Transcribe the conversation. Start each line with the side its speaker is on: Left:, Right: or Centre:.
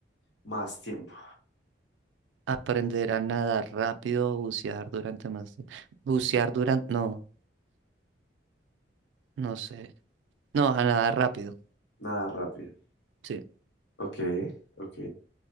Left: más tiempo.
Right: Aprender a nadar rápido, bucear durante más tiempo. Bucear durante... No, no sé. No, a nadar rápido.
Left: Nadar rápido.
Right: Sí,
Left: Ok, ok.